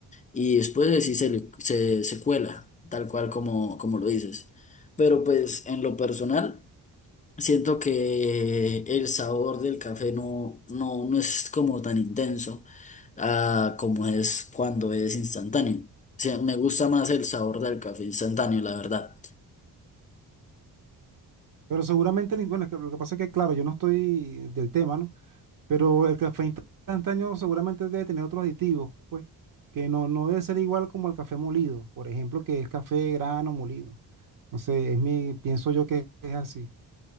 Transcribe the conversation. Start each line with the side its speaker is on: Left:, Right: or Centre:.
Left: y después de sí se, le- se, se cuela, tal cual como, como lo dices. Pero pues en lo personal, siento que el sabor del café no, no, no es como tan intenso ah, como es cuando es instantáneo. O sea, me gusta más el sabor del café instantáneo, la verdad.
Right: Pero seguramente, el in- bueno, es que lo que pasa es que, claro, yo no estoy del tema, ¿no? Pero el café instantáneo seguramente debe tener otros aditivos, pues, que no, no debe ser igual como el café molido, por ejemplo, que es café grano molido. No sé, es mi, pienso yo que es así.